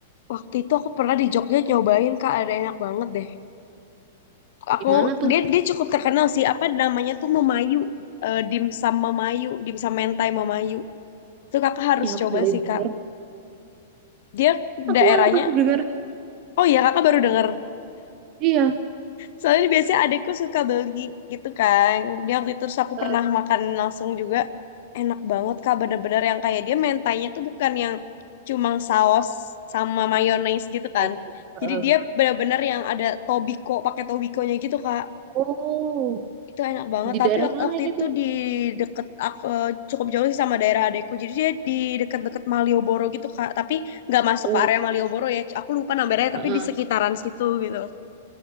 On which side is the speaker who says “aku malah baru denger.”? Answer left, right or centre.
Right